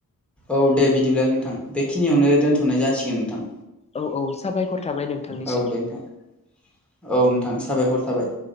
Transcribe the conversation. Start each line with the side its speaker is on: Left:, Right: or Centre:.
Centre: औ दे बिदिब्ला नोंथां। बेखिनियावनो दोनथ'नाय जासिगोन नोंथां।
Left: औ औ साबायखर। थाबाय नोंथांनिसिम
Centre: औ दे नोंथां औ। नोंथां साबायखर थाबाय।